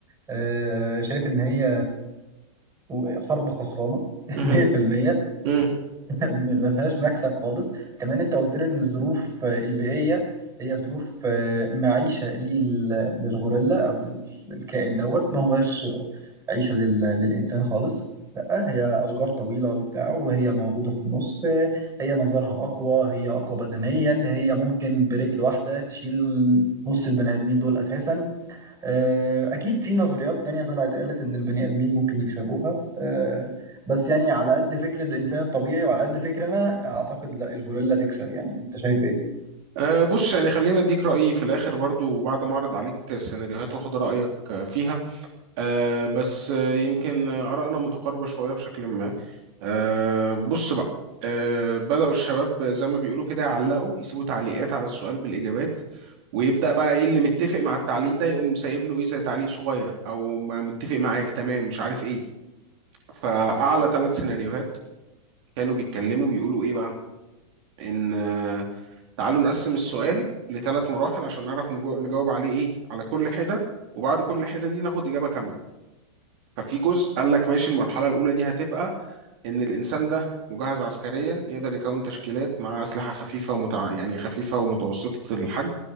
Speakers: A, on the right (about 20°); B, on the right (about 55°).
A: آه شايف ان هي وحرب خسرانه <laughs>
B: مهم،
A: 100%
B: مم.
A: <laughs> ما فيهاش مكسب خالص كمان انت قلت لي ان الظروف البيئيه هي ظروف آه، معيشه لل- للغوريلا او لل- للكائن دوت ما هوش عيشه لل- للانسان خالص لا هي اشجار طويله وبتاع وهي موجوده في النص هي نظرها اقوى هي اقوى بدنيا هي ممكن برجل واحده تشيل نص البني ادمين دول اساسا آه، أكيد في نظريات تانية طلعت قالت إن البني آدمين ممكن يكسبوها آه، بس يعني على قد فكر الإنسان الطبيعي وعلى قد فكر أنا أعتقد لا الغوريلا تكسب يعني أنت شايف إيه؟
B: آه، بص يعني خلينا اديك رايي في الاخر برضو وبعد ما اعرض عليك السيناريوهات واخد رايك آه، فيها آه، بس آه، يمكن آرائنا متقاربه شويه بشكل ما أه بص بقى أه بدأوا الشباب زي ما بيقولوا كده يعلقوا يسيبوا تعليقات على السؤال بالإجابات ويبدأ بقى ايه اللي متفق مع التعليق ده يقوم سايب له ايه زي تعليق صغير او ما متفق معاك تمام مش عارف ايه فأعلى ثلاث سيناريوهات كانوا بيتكلموا بيقولوا ايه بقى ان آه، تعالوا نقسم السؤال لثلاث مراحل عشان نعرف نجو- نجاوب عليه ايه على كل حدة وبعد كل حدة دي ناخد إجابة كاملة ففي جزء قال لك ماشي المرحلة الأولى دي هتبقى ان الانسان ده مجهز عسكريا يقدر يكون تشكيلات مع اسلحه خفيفه ومتع... يعني خفيفه ومتوسطه الحجم